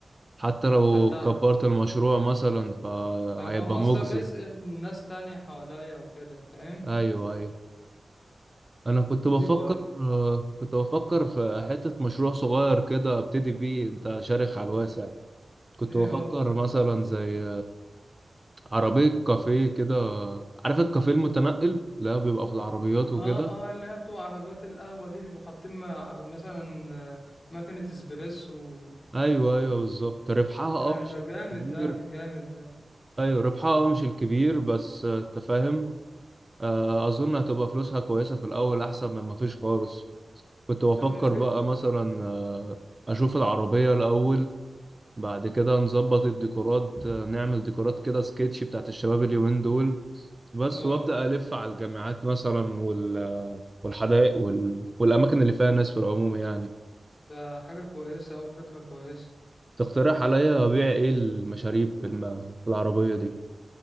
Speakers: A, on the right; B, on the left.
A: حتى لو
B: حتى
A: كبرت المشروع مثلا فهيبقى
B: هيبقى مصدر
A: مجزي
B: رزق لناس تانية حواليا وكده فاهم
A: ايوه ايوه انا كنت بفكر
B: دي برضه
A: آه، كنت بفكر في حتة مشروع صغير كده ابتدي بيه انت شارخ على الواسع كنت
B: ايه
A: بفكر
B: هو ده
A: مثلا زي عربية كافيه كده عارف الكافيه المتنقل لا بيبقى في العربيات
B: اه
A: وكده
B: اه اللي هي بتبقى عربيات القهوة دي اللي بيبقوا حاطين مع- مثلا آه، ماكينة اسبريسو
A: ايوه ايوه بالظبط ربحها اه
B: آه
A: مش
B: ده جامد
A: الكبير
B: ده جامد ده
A: ايوه ربحها اه مش الكبير بس آه، انت فاهم آه، اظن هتبقى فلوسها كويسة في الاول احسن من ما فيش خالص كنت بفكر
B: اما فك
A: بقى مثلا آه، اشوف العربية الاول بعد كده نظبط الديكورات آه، نعمل ديكورات كده سكتش بتاعت الشباب اليومين دول بس
B: اه
A: وابدا الف على الجامعات مثلا وال والحدائق وال... والاماكن اللي فيها ناس في العموم يعني
B: ده حاجة كويسة أو فكرة كويسة
A: تقترح عليا ابيع ايه المشاريب في, الم... في العربيه دي